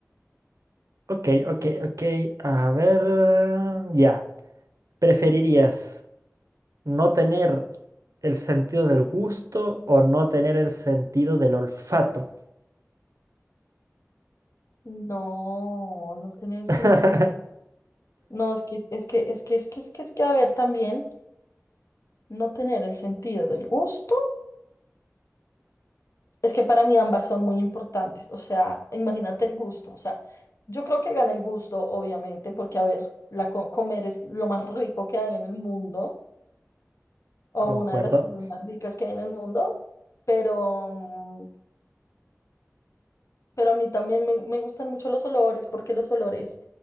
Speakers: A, on the right; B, on the left.
A: Ok, ok, ok. A ver, ya. ¿Preferirías no tener el sentido del gusto o no tener el sentido del olfato?
B: No, no tener sentido.
A: <laughs>
B: No, es que, es que, es que, es que, es que, es que, a ver, también no tener el sentido del gusto. Es que para mí ambas son muy importantes. O sea, imagínate el gusto. O sea, yo creo que gana el gusto, obviamente, porque, a ver, la co- comer es lo más rico que hay en el mundo, o
A: Concuerdo.
B: una de las cosas más ricas que hay en el mundo, pero Pero a mí también me, me gustan mucho los olores porque los olores